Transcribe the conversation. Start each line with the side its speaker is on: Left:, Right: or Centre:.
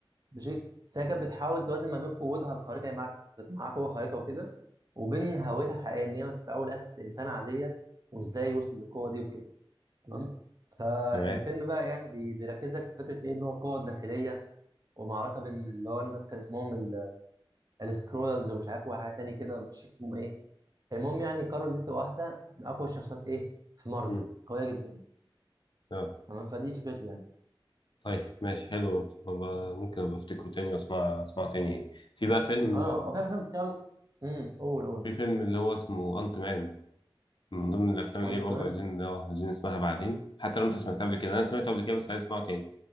Right: ماشي فهي كانت بتحاول توازن ما بين قوتها الخارقة يعني معاها كانت معاها قوة خارقة وكده وبين هويتها الحقيقية إن هي في الأول والآخر كانت إنسانة عادية وإزاي وصلت للقوة دي وكده تمام فالفيلم
Left: تمام
Right: بقى يعني بي- بيركز لك في فكره ايه اللي هو القوه الداخليه ومعركه بين اللي هو الناس كان اسمهم ال- السكرولز ومش عارف وحاجه تاني كده مش فاكر اسمهم ايه المهم يعني كارول دي بتبقى واحده من اقوى الشخصيات ايه في مارفل
Left: مم.
Right: قويه جدا
Left: آه،
Right: تمام فدي فكرته يعني
Left: طيب ماشي حلو برضه أبقى- ممكن ابقى افتكره تاني واسمع اسمعه تاني يعني في بقى فيلم
Right: اه
Left: آه،
Right: وفي افلام كتير أوي- امم قول قول
Left: في فيلم اللي هو اسمه انت مان من ضمن الافلام
Right: انت
Left: اللي هي برضه
Right: مان
Left: عايزين آه، عايزين نسمعها بعدين حتى لو انت سمعتها قبل كده انا سمعته قبل كده بس عايز اسمعه تاني